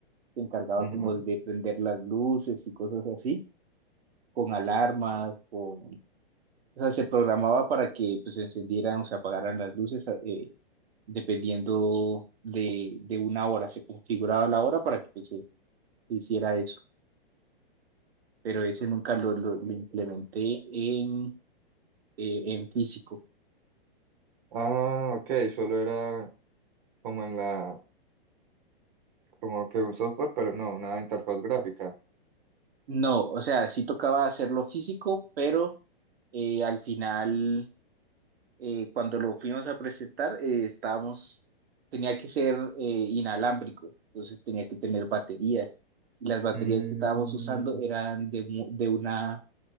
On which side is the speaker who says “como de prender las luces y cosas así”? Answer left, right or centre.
Right